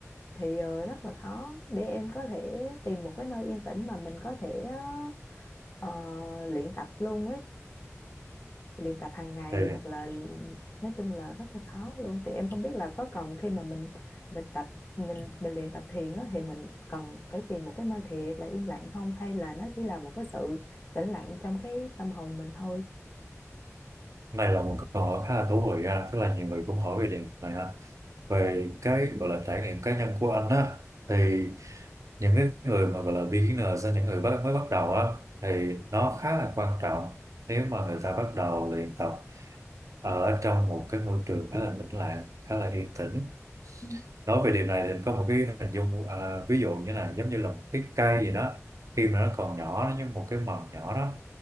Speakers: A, on the left; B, on the right.
A: thì ờ, rất là khó để em có thể tìm một cái nơi yên tĩnh mà mình có thể ờ, ờ, luyện tập luôn ấy luyện tập hàng ngày
B: Thì
A: hoặc là nói chung là rất là khó luôn thì em không biết là có cần khi mà mình mình tập mình mình luyện tập thiền á, thì mình cần phải tìm một cái nơi thiệt là im lặng không hay là nó chỉ là một cái sự tĩnh lặng trong cái tâm hồn mình thôi
B: này là một câu hỏi khá là thú vị ha, tức là nhiều người cũng hỏi về điểm này ha. Về cái gọi là trải nghiệm cá nhân của anh á, thì những cái người mà gọi là beginner ra những người bắt, mới bắt đầu á thì nó khá là quan trọng nếu mà người ta bắt đầu luyện tập ở trong một cái môi trường khá là tĩnh lặng khá là yên tĩnh
A: Ừ,
B: nói về điều này thì anh có một cái hình dung à, ví dụ như này giống như là một cái cây gì đó khi mà nó còn nhỏ nó như một cái mầm nhỏ đó